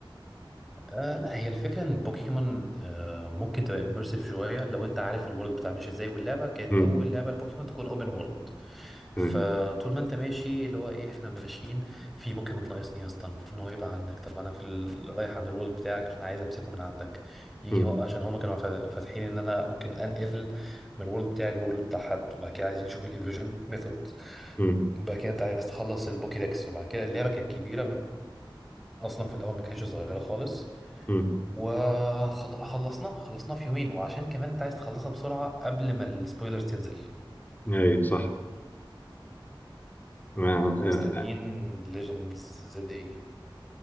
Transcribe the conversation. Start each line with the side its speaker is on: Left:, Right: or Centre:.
Centre: آه لا هي الفكرة ان بوكيمون آه ممكن تبقى اميرسيف شوية لو انت عارف الورلد بتاع ماشي ازاي واللعبة كانت
Left: امم
Centre: اول لعبة لبوكيمون تكون اوبن وورلد فطول
Left: تمام.
Centre: ما انت ماشي اللي هو ايه احنا ماشيين في بوكيمون ناقصني يا اسطى المفروض ان هو يبقى عندك طب انا في ال... رايح عند الورلد بتاعك عشان عايز امسكه من عندك يجي
Left: امم
Centre: هو عشان هما كانوا فا- فاتحين ان انا ممكن انقل من الورلد بتاعي للورلد بتاع حد وبعد كده عايزين نشوف الايفولوشن ميثود
Left: امم
Centre: بعد كده انت عايز تخلص البوكيدكس وبعد كده اللعبة كانت كبيرة اصلا في الاول ما كانتش صغيرة خالص
Left: امم
Centre: وخلصناه خلصناه في يومين وعشان كمان انت عايز تخلصها بسرعة قبل ما السبويلرز تنزل
Left: ايوه صح ما-
Centre: آه، ومستنيين
Left: آه، آه،
Centre: ليجندز زد اي